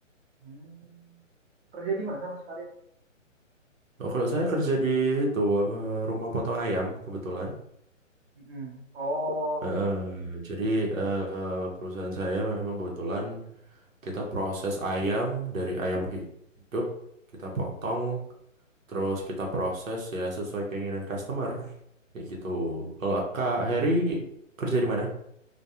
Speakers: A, on the right; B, on the right.
A: Hmm, kerja di mana Mas Farid?
B: Oh, kalau saya kerja di itu apa, rumah potong ayam kebetulan.
A: Mm-mm. Oh,
B: Heeh, jadi eh, perusahaan saya memang kebetulan kita proses ayam dari ayam hidup, kita potong, terus kita proses ya sesuai keinginan customer. Kayak gitu. Kalau Kak Heri kerja di mana?